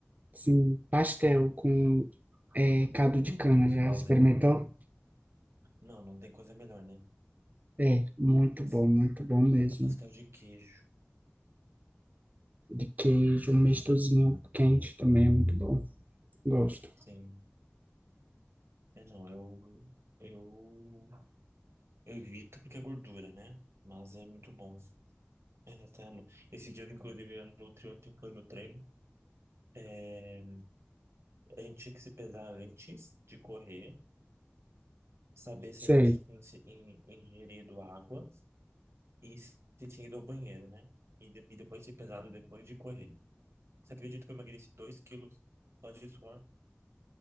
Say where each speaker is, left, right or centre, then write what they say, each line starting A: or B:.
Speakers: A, on the right; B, on the right.
A: Sim, pastel com é, caldo
B: Uhum.
A: de cana. Já
B: Caldo
A: experimentou?
B: de... Não, não tem coisa melhor, né?
A: É, muito
B: Nossa,
A: bom, muito bom mesmo.
B: um pastel de queijo.
A: De queijo, um mistozinho quente também é muito bom. Gosto.
B: Sim. É, não, eu... Eu Eu evito porque é gordura, né? Mas é muito bom. É, até no- Esses dias, inclusive, a Nutri ontem foi no treino. É, a gente tinha que se pesar antes de correr, saber se
A: Sei.
B: a gente tinha se- in- ingerido água e se tinha ido ao banheiro, né? E, de- e depois se pesado depois de correr. Você acredita que eu emagreci 2 quilos só de suor?